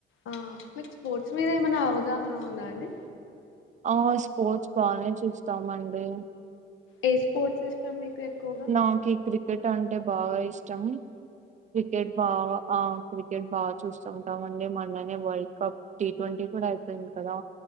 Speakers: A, on the left (about 80°); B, on the right (about 35°).
A: ఆ మీకు ఫోర్ మీద ఏమైనా అవగాహన ఉందా అండి?
B: ఆ స్పోర్ట్స్ బానే చూస్తామండి.
A: ఏ స్పోర్ట్స్ ఇష్టం మీకు? ఎక్కువగా
B: నాకి క్రికెట్ అం టే బాగా ఇష్టం. క్రికెట్ బాగా ఆ క్రి క్రికెట్ బాగా చూస్తుంటా మండి, మొన్ననే వరల్డ్ కప్ టీ ట్వంటీ కూడా అయిపోయింది కదా.